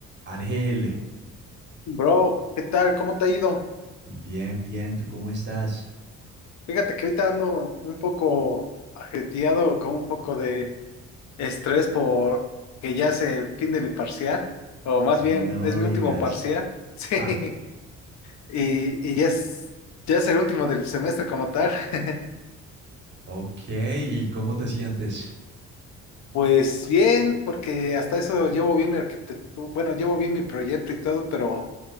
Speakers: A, on the right; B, on the left.
A: Ángel,
B: Bro, ¿qué tal? ¿Cómo te ha ido?
A: bien, bien, ¿tú cómo estás?
B: Fíjate que ahorita ando un poco ajetreado, con un poco de estrés por que ya es el fin de mi parcial, o más
A: No
B: bien es mi
A: digas.
B: último parcial, <laughs> sí,
A: Ah,
B: y, y ya es, ya es el último del semestre como tal. <laughs>
A: ok, ¿y cómo te sientes?
B: Pues bien, porque hasta eso llevo bien mi arquitectura, bueno, llevo bien mi proyecto y todo, pero